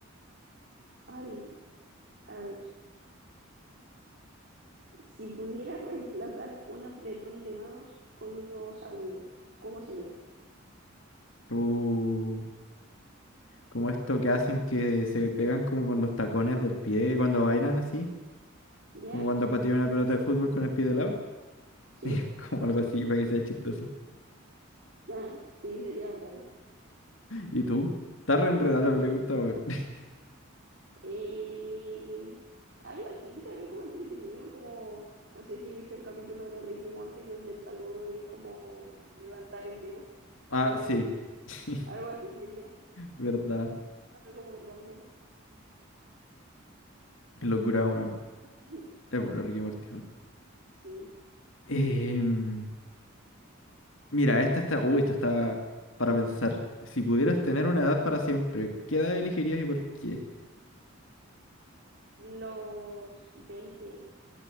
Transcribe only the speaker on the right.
ay, a ver, si pudieras reemplazar un apretón de manos con un nuevo saludo, ¿cómo sería?
¿Ya?
¿Sí?
<laughs>
Ah, sí, sería bacán.
Eh, algo así, también como entretenido, como, no sé si viste el capítulo de Ricky Morty donde el saludo es como levantar el dedo
del
medio,
algo así sería,
algo muy random,
<laughs>
sí.
Los 20